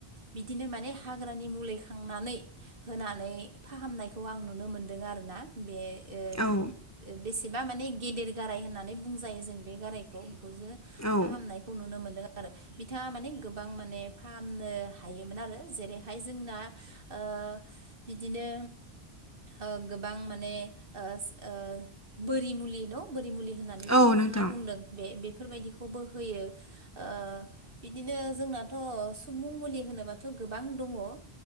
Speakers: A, on the right (about 60°); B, on the left (about 15°).
A: बिदिनो माने हाग्रानि मुलि खांनानै होनानै फाहामनायखौ आं नुनो मोन्दों आरो ना। बे ओ
B: औ
A: ओ बेसेबा माने गेदेर गाराय होननानै बुंजायो जों बे गारायखौ बेखौ जो
B: औ
A: फाहामनायखौ नुनो मोनदों आ आरो बिथाङा माने गोबां माने फाहामनो हायोमोन आरो जेरै हाय जोंना ओ बिदिनो ओ गोबां माने ओ ओ बोरि मुलि न' बोरि मुलि होनना नै
B: औ
A: जि नोंथाङा
B: नोंथां
A: बुंदों बे बेफोरबायदिखौबो होयो। ओ बिदिनो जोंनाथ' सुबुं मुलि होनोबाथ' गोबां दङो ओ